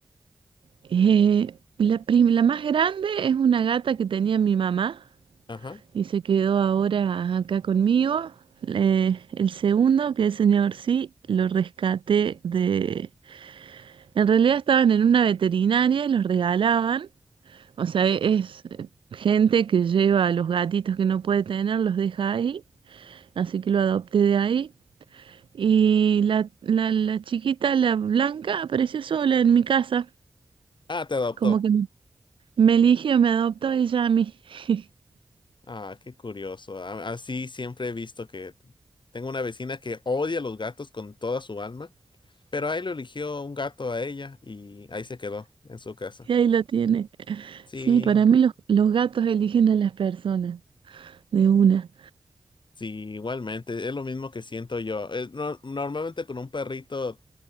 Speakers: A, on the right (about 80°); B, on the left (about 65°).
A: eh, la, prim- la más grande es una gata que tenía mi mamá
B: Ajá.
A: y se quedó ahora acá conmigo. Eh, el segundo, que es señor sí, lo rescaté de... En realidad estaban en una veterinaria y los regalaban. O sea, e- es eh, gente que lleva a los gatitos que no puede tener, los deja ahí así que lo adopté de ahí. Y la, la, la chiquita, la blanca, apareció sola en mi casa,
B: Ah, te adoptó.
A: como que me eligió, me adoptó ella a mí. <laughs>
B: Ah, qué curioso. A- Así siempre he visto que tengo una vecina que odia los gatos con toda su alma, pero ahí lo eligió un gato a ella y ahí se quedó en su casa.
A: Y ahí lo tiene.
B: Sí,
A: Sí, para mí los, los gatos eligen a las personas, de una.
B: sí, igualmente. Es lo mismo que siento yo. Es no- normalmente con un perrito.